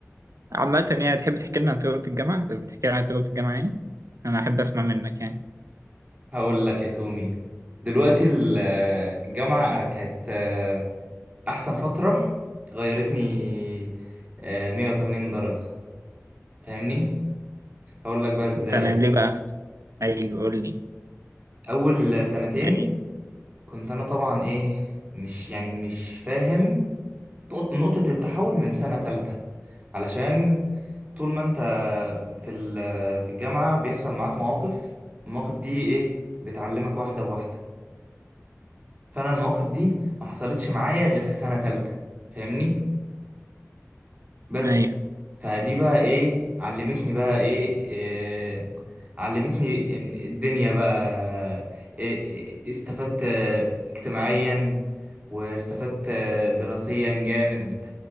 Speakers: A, on the right; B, on the right.
A: عامة يعني تحب تحكي لنا عن تجربة الجامعة تحب تحكي لنا عن تجربة الجامعة يعني أنا أحب أسمع منك يعني
B: هقول لك يا تومي دلوقتي ال- الجامعة كانت آه، أحسن فترة غيرتني آه، 180 درجة فاهمني؟ هقول لك بقى إزاي
A: تمام ليه بقى أيوه قول لي
B: أول سنتين
A: أيوه.
B: كنت أنا طبعا إيه مش يعني مش فاهم نق- نقطة التحول من سنة تالتة علشان طول ما أنت في ال- في الجامعة بيحصل معاك مواقف المواقف دي إيه بتعلمك واحدة بواحدة فانا المواقف دي ما حصلتش معايا غير في سنة تالتة فاهمني بس
A: ايوه
B: فدي بقى ايه علمتني بقى ايه, إيه علمتني إن الدنيا بقى إيه إيه، استفدت آه، اجتماعيا واستفدت آه، دراسيا جامد